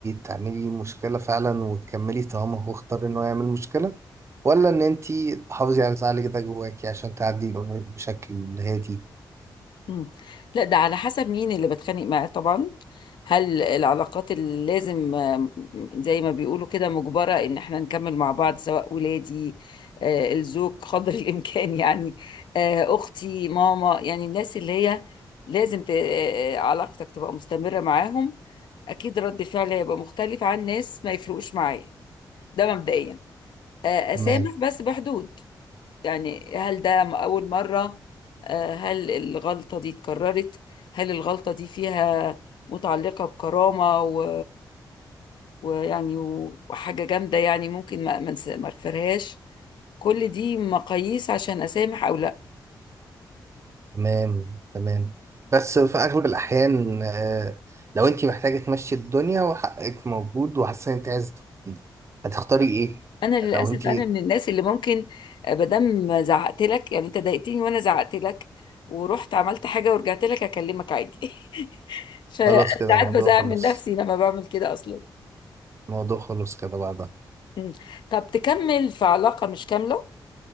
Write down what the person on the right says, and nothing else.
تعملي مشكلة فعلا وتكملي طالما هو اختار إنه يعمل مشكلة ولا إن أنت تحافظي على زعلك ده جواكي عشان تعدي الأمور بشكل هادي
تمام
تمام تمام بس في اغلب الاحيان آه، لو انت محتاجه تمشي الدنيا وحقك موجود وحاسه ان انت عايزه تبتدي، هتختاري ايه
لو انت
خلاص كده
الموضوع
خلص
الموضوع خلص كده بعدها